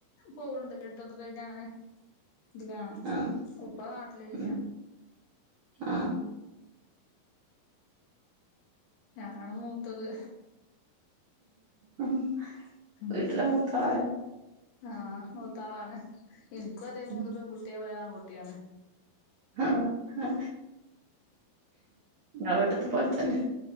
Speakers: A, on the left; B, on the right.
A: പോകുന്നുണ്ട് ബെഡ് ഒക്കെ കയിട്ട് അങ്ങനെ. ഇത് കാണ
B: ആഹ്
A: ഉപ്പ നാട്ടിലില്ല.
B: ഉം ആഹ്
A: ഞാനാണ് മൂത്തത്.
B: ആഹ്
A: ഉം
B: വീട്ടിലെ മൂത്തളരാ
A: ആഹ് മൂത്താളാണ് എനിക്കും അതെ മൂന്ന്
B: ഉം
A: പെൺകുട്ടി. ഒരാൺകുട്ടിയാണ്.
B: ആ ആ ങ്ങളെ വീട്ടത്തെ പോലെ തന്നെ.